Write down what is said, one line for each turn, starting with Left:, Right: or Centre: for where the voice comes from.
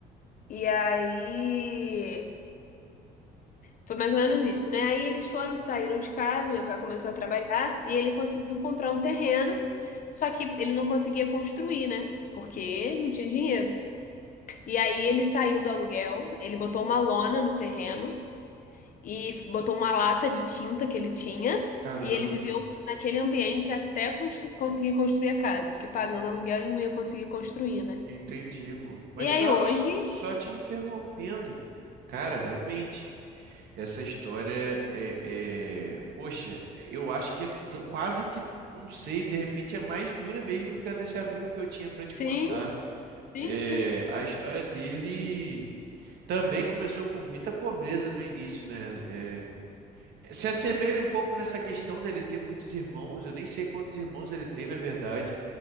Left: E aí foi mais ou menos isso, né? Aí eles foram, saíram de casa, meu pai começou a trabalhar e ele conseguiu comprar um terreno, só que ele não conseguia construir, né? Porque não tinha dinheiro. E aí ele saiu do aluguel, ele botou uma lona no terreno. e f- botou uma lata de tinta que ele tinha
Right: caramba.
Left: e ele viveu naquele ambiente até constru- conseguir construir a casa, porque pagando
Right: E-
Left: aluguel ele não ia conseguir construir, né?
Right: Entendi, amor. Mas
Left: E aí
Right: só,
Left: hoje,
Right: só te interrompendo. Cara, realmente. Essa história é, é- Poxa, eu acho que é t- quase que. Não sei, de repente é mais dura mesmo do que a desse amigo que eu tinha para te
Left: sim,
Right: contar.
Left: sim,
Right: É,
Left: sim.
Right: a história dele também começou com muita pobreza no início, né? É, se assemelha um pouco nessa questão dele ter muitos irmãos, eu nem sei quantos irmãos ele tem, na verdade,